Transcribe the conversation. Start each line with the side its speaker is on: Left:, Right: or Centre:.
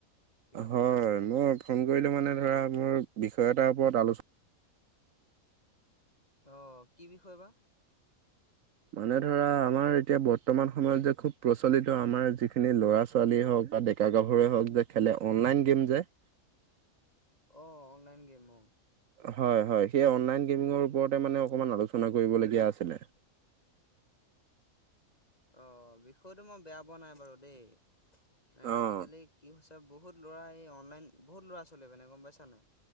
Left: কিবা
Right: হয়
Left: কথা আছিল নেকি
Right: মই ফোন কৰিলো মানে ধৰা মোৰ বিষয় এটাৰ ওপৰত আলোচনা -
Left: অঁ কি বিষয় বা?
Right: মানে ধৰা আমাৰ এতিয়া বৰ্তমান সময়ত যে খুব প্ৰচলিত আমাৰ যিখিনি ল'ৰা ছোৱালী হওক বা ডেকা - ডেকা-গাভৰুৱে হওক যে খেলে অনলাইন গেম যে -
Left: অ অনলাইন গেম অ -
Right: হয় হয়, সেই অনলাইন গেমিঙৰ ওপৰতে মানে অকমান
Left: উম
Right: আলোচনা কৰিবলগীয়া আছিলে।
Left: অ বিষয়টো মই বেয়া পোৱা নাই বাৰু দেই, এ
Right: অ
Left: আজিকালি - কি হৈছে বহুত ল'ৰা এই অনলাইন বহুত ল'ৰা ছোৱালী মানে গম পাইছা নাই?